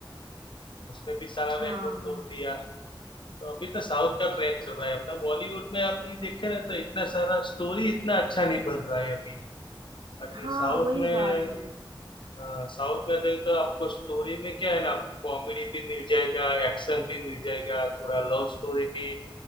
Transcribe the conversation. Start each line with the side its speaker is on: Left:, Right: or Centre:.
Left: उसने भी सारा
Right: हाँ
Left: रिकॉर्ड तोड़ दिया तो अभी तो साउथ का ट्रेंड चल रहा है अपना बॉलीवुड में अभी देखे ना तो इतना सारा स्टोरी इतना अच्छा नहीं बन रहा है अभी बाकी
Right: हाँ
Left: साउथ
Right: वही
Left: में
Right: बात है
Left: अ, साउथ में देख तो आपको स्टोरी में क्या है ना आपको कॉमेडी भी मिल जाएगा एक्शन भी मिल जाएगा थोड़ा लव स्टोरी भी